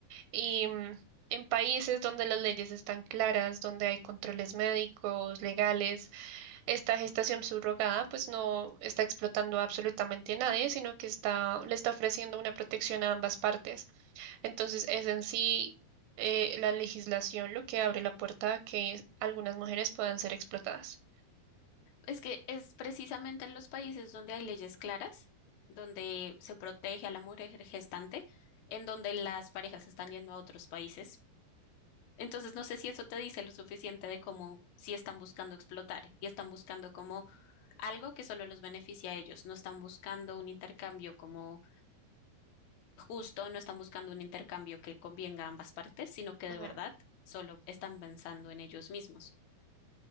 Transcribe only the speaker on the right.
y mm, En países donde las leyes están claras, donde hay controles médicos, legales, esta gestación subrogada pues no está explotando absolutamente a nadie, sino que está, le está ofreciendo una protección a ambas partes. Entonces es en sí eh, la legislación lo que abre la puerta a que algunas mujeres puedan ser explotadas.
Ujú.